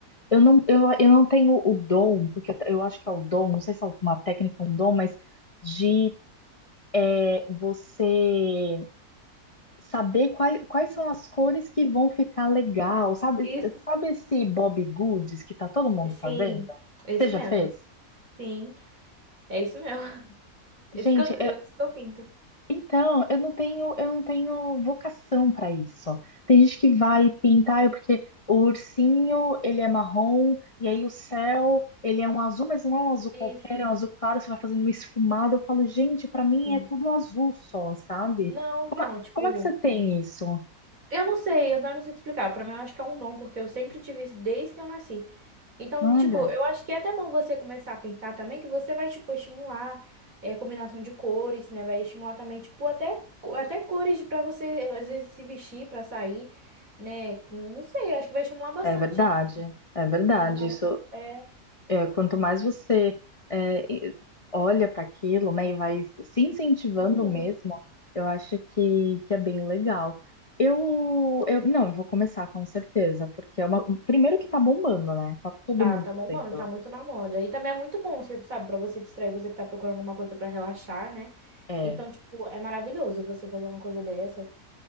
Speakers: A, on the left; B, on the right.
A: Eu não, eu, eu não tenho o dom, porque eu eu acho que é o dom, não sei se é uma técnica ou um dom, mas de é, você saber quais, quais são as cores que vão ficar legal. Sabe,
B: Isso.
A: sabe esse Bob Goods que tá todo mundo
B: Sim.
A: fazendo?
B: Isso
A: Você já
B: mesmo.
A: fez?
B: Sim. É isso mesmo. <laughs>
A: Gente,
B: Isso que eu, eu, isso que eu pinto.
A: Então, eu não tenho, eu não tenho vocação para isso. Tem gente que vai pintar, é porque o ursinho, ele é marrom, e aí o céu, ele é um azul, mas não é um azul
B: Isso.
A: qualquer, é um azul claro, você vai fazendo uma esfumada. Eu falo, gente, para mim
B: Sim.
A: é tudo azul só, sabe?
B: Não, então,
A: Como, é,
B: tipo,
A: como é que você tem isso?
B: Eu não sei, eu não sei te explicar. Pra mim, eu acho que é um dom, porque eu sempre tive isso desde que eu nasci. Então,
A: Olha,
B: tipo, eu acho que é até bom você começar a pintar também, que você vai, tipo, estimular é, combinação de cores, né? Vai estimular também, tipo, até, co- até cores pra você, às vezes, se vestir pra sair, né? Não sei, eu acho que vai estimular bastante.
A: é verdade, é verdade.
B: Combinar uma...
A: Isso
B: É.
A: É, quanto mais você é, e- olha para aquilo, né, e vai se incentivando
B: Uhum.
A: mesmo, eu acho que, que é bem legal. Eu, eu, não, eu vou começar com certeza, porque é uma, primeiro que tá bombando, né? Tá todo
B: Tá,
A: mundo
B: tá bom,
A: fazendo.
B: mano, tá muito na moda. E também é muito bom, tipo, sabe, pra você distrair, você que tá procurando alguma coisa pra relaxar, né?
A: É,
B: Então, tipo, é maravilhoso você fazer uma coisa dessa.